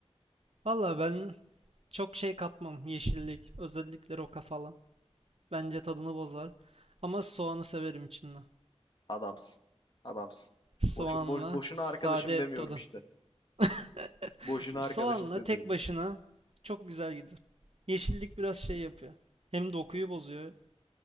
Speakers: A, on the right; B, on the left.
A: Valla ben çok şey katmam. Yeşillik. Özellikle roka falan. Bence tadını bozar. Ama soğanı severim içinden.
B: Adamsın. Adamsın.
A: Soğanla
B: Boş, boş, boşuna
A: sade
B: arkadaşım demiyorum
A: et tadı.
B: işte.
A: <laughs>
B: Boşuna arkadaşım
A: Soğanla
B: demiyorum.
A: tek başına çok güzel gider. Yeşillik biraz şey yapıyor. Hem dokuyu bozuyor.